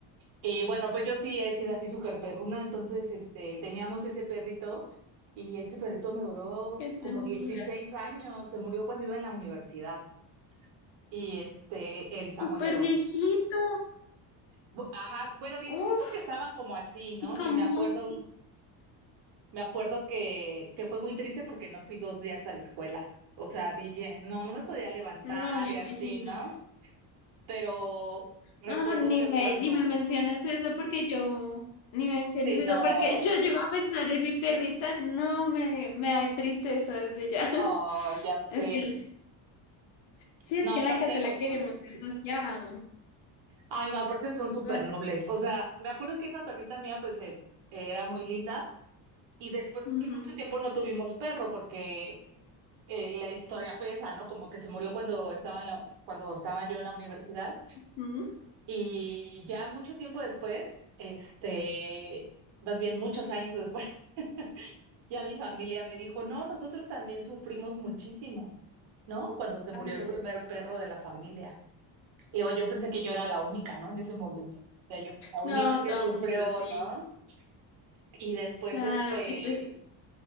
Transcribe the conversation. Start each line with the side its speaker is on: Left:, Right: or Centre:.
Right: Y bueno, pues yo sí he sido así súper perruna, entonces este, teníamos ese perrito y ese perrito me duró
Left: Qué
Right: como
Left: ternura.
Right: 16 años, se murió cuando iba en la universidad y este, el Samoyedo.
Left: Súper viejito.
Right: Bu- Ajá, bueno, dieciséis
Left: Uf.
Right: porque estaban como así, ¿no?
Left: ¿Y cómo?
Right: Y me acuerdo Me acuerdo que, que fue muy triste porque no fui dos días a la escuela. O sea, dije, no, no me podía levantar
Left: No me
Right: y
Left: imagino.
Right: así, ¿no? Pero recuerdo
Left: No, ni
Right: que
Left: me,
Right: cuando,
Left: ni me menciones eso porque yo, ni me menciones
Right: sí, no,
Left: eso porque yo llego a pensar en mi perrita. No, me, me da tristeza desde ya. <laughs>
Right: oh, ya sé.
Left: Es que, sí, es
Right: No,
Left: que
Right: aparte
Left: en la casa
Right: de los
Left: la queremos
Right: Golden.
Left: demasiado.
Right: Ay, no, aparte son súper
Left: Ay,
Right: nobles. O sea, me acuerdo que esa perrita mía, pues, eh, era muy linda. Y después,
Left: ujú,
Right: de mucho tiempo no tuvimos perro porque eh, la historia fue esa, ¿no? Como que se murió cuando estaba en la, cuando estaba yo en la universidad.
Left: ujú,
Right: Y ya mucho tiempo después, este, más bien muchos años después, <laughs> ya mi familia me dijo, no, nosotros también sufrimos muchísimo, ¿no? Cuando se
Left: claro.
Right: murió el primer perro de la familia. Y luego yo pensé que yo era la única, ¿no? En ese momento, o sea, yo fui la única
Left: No,
Right: que
Left: todo
Right: sufrió,
Left: el mundo, sí.
Right: ¿no? Y después,
Left: Claro.
Right: este,
Left: Y pues,